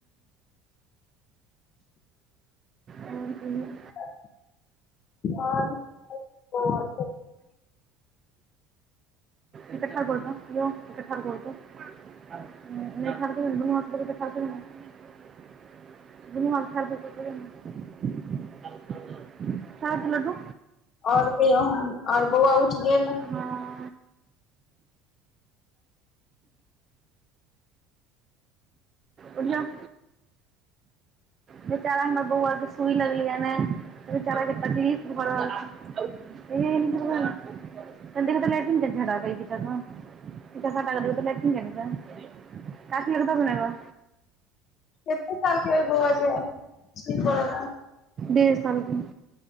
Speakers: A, on the right; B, on the left.
A: आओर कहियौ
B: आओर <unintelligible>
A: एक ठार बलतौ यौ एकऽ ठार बलत <unintelligible> नै ठार करियौ न दुनू हाथ स पकरि क ठार करियौ न दुनु भाग ठार भ क करियौ न आब <unintelligible> खाएद लड्डू
B: और के और बौआ उठि गेल
A: हँ उठि जा अ <unintelligible> बेचारा हमर बौआर के सुई लगलिया न बेचारा के तकलीफ भरहल छै एह हनक <unintelligible> त देख लैट्रिन क झड़ा कै त साटा लैटिंगै <unintelligible> काकी लगक दऽ अबही न एकरा
B: एक दू सालके बौआ जे <unintelligible>
A: डेढ़ सालके।